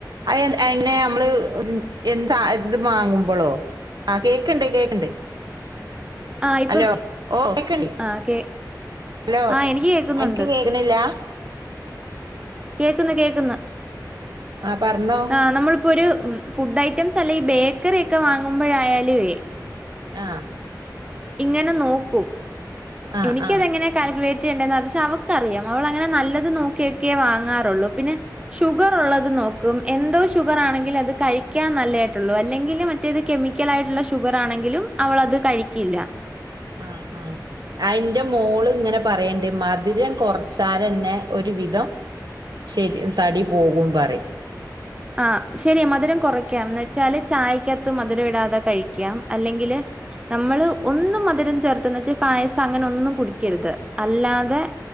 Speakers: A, on the right; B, on the right.
A: അ അങ്ങനെ നമ്മള് എന്താ ഇത് വാങ്ങുമ്പോളോ ആഹ് കേക്കണ്ട് കേക്കണ്ട്
B: ആഹ് ഇപ്പം
A: ഹലോ ഓ കേക്ക
B: ആഹ് കേ
A: ഹലോ
B: ആഹ് എനിക്ക് കേക്കുന്നുണ്ട്.
A: അൻക്ക് കേക്കണില്ല
B: കേക്ക്ന്ന് കേക്ക്ന്ന്
A: ആ പറഞ്ഞോ
B: ആഹ് നമ്മളിപ്പോ ഒരു ഫുഡ് ഐറ്റംസ് അല്ലെ ഈ ബേക്കറി ഒക്കെ വാങ്ങുമ്പോഴായാലുവേ
A: ആഹ്
B: ഇങ്ങനെ നോക്കും
A: ആ
B: എനിക്കതെങ്ങനെ
A: ആ
B: കാൽക്കുലേറ്റ് അവക്കറിയാം അവൾ അങ്ങനെ നല്ലത് നോക്കിയൊക്കെ വാങ്ങാറുള്ളൂ പിന്നെ ഷുഗർ ഉള്ളത് നോക്കും എന്തോ ഷുഗർ ആണെങ്കില് അത് കഴിക്കാൻ നല്ലതായിട്ടുള്ളൂ അല്ലെങ്കിൽ മറ്റേത് കെമിക്കൽ ആയിട്ടുള്ള ഷുഗർ ആണെങ്കിലും അവളത് കഴിക്കില്ല
A: ആഹ് ആഹ് അയിന്റെ മോള് ഇങ്ങനെ പറയണ്ട് മധുരം കുറച്ചാലന്നെ ഒരു വിധം ശരി തടി പോകും പറയും
B: ആഹ് ശെരിയാ മധുരം കുറയ്ക്കാംന്ന് വെച്ചാല് ചായക്കാത്ത് മധുരം ഇടാതെ കഴിക്കാം. അല്ലെങ്കില് നമ്മള് ഒന്നും മധുരം ചേർത്ത് ന്ന്ച്ചാ പായസം അങ്ങനെ ഒന്നും കുടിക്കരുത്. അല്ലാതെ